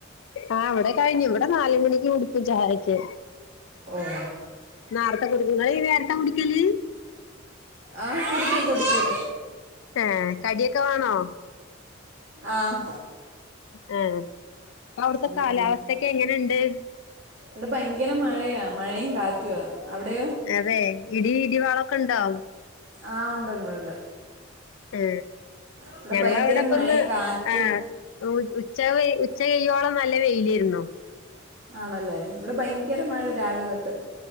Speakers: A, on the left; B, on the right.
A: ആ ഇവിടെ കഴിഞ്ഞു ഇവിടെ നാല് മണിക്ക് കുടുക്കും ചായയൊക്കെ
B: ഓ
A: നാരത്തെ കൊടുക്ക നേരത്തെ കുടിക്കല്
B: ആ കുടിക്കും കുടിക്കും
A: ആ കടിയൊക്കെ വേണോ?
B: ആഹ്
A: ആ ഇപ്പ അവിടുത്തെ
B: ഉം
A: കാലാവസ്ഥൊക്കെ എങ്ങനെണ് <unintelligible>
B: ഇവിടെ ഭയങ്കര മഴയാ മഴയും കാറ്റുവാ അവിടെയോ
A: അതെ ഇടി ഇടിവാളൊക്കെ ഉണ്ടോ?
B: ആ ഉണ്ട്ണ്ട് ഉണ്ട്
A: ആ
B: ഇവിടെ
A: ഞങ്ങളിവിടെപ്പ
B: ഭയങ്കര മഴയും
A: ഇന്ന്
B: കാറ്റും
A: ആ ഉച്ച ഉച്ച കൈയ്യോളം നല്ല വെയിലായിരുന്നു
B: ആണല്ലേ ഇവിടെ ഭയങ്കരമഴ രാവിലെ തൊട്ട്